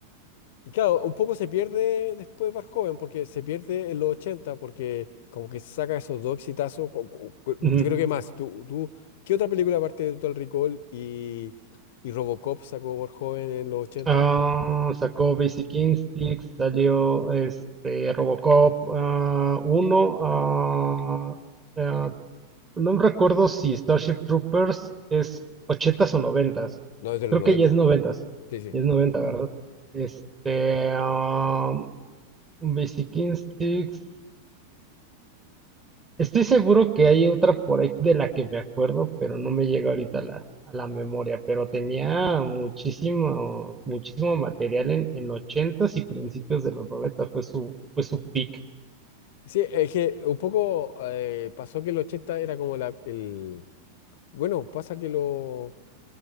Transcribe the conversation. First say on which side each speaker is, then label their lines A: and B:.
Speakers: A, on the left (about 55°); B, on the right (about 20°).
A: y claro, un poco se pierde después Bar Joven, porque se pierde en los 80 porque como que saca esos dos exitazos. cu- cu- cu- Yo
B: Ujú.
A: creo que más. Tú, tú, ¿qué otra película aparte de Total Recall y, y Robocop sacó Bar Joven en los ochenta
B: Ah, sacó Basic Instincts, salió este Robocop ah, 1. ah, ah, no recuerdo si Starship Troopers es ochentas o noventas
A: No, es de los
B: Creo
A: noventa
B: que ya es noventas
A: Sí, sí.
B: Ya es noventa ¿verdad? Este, ah, Basic Instincts. Estoy seguro que hay otra por ahí de la que me acuerdo, pero no me llega ahorita a la, a la memoria. Pero tenía muchísimo, muchísimo material en, en ochentas y principios de los noventas. Fue su, fue su peak.
A: Sí, es que un poco eh, pasó que el 80 era como la, el... Bueno, pasa que lo...